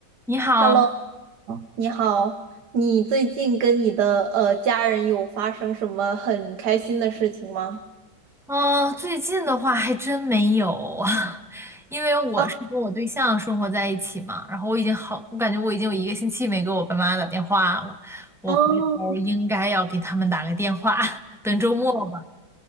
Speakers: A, in the centre; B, on the right.
A: 你好，
B: Hello，啊你好，你最近跟你的呃家人有发生什么很开心的事情吗？
A: 嗯、最近的话还真没有，<laughs> 因为我是跟我对象生活在一起嘛，
B: 啊，
A: 然后我已经好，我感觉我已经有一个星期没给我爸妈打电话了，我回头儿应该要给他们打个电话，
B: 哦，
A: <laughs> 等周末吧。